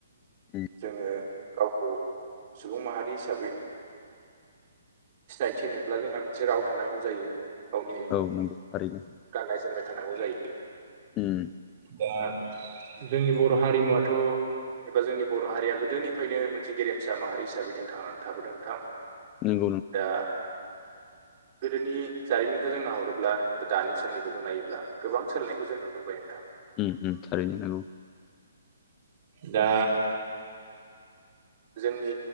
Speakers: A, on the left; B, on the right.
A: उम
B: जोङो गावखौ सुबुं माहारि हिसाबै सिनायथिनोब्ला जोंहा मोनसे राव थानांगौ जायो। गावनि
A: औ नंगौ थारैनो।
B: गाननाय जोमनाय थानांगौ जायो
A: उम
B: दा जोंनि बर' हारिमुवाथ' एबा जोंनि बर' हारिया गोदोनिफ्रायनो मोनसे गेरेमसा माहारि हिसाबै जों थांनानै थाबोदोंनोंथां
A: नोंगौ
B: दा गोदोनि जारिमिनखौ जों नाहरोब्ला एबा दानि समनिखौ जों नायोब्ला गोबां सोलायनायखौ जों नुनो मोनबाय नोंथां
A: उम उम थारैनो नांगौ
B: दा जोंनि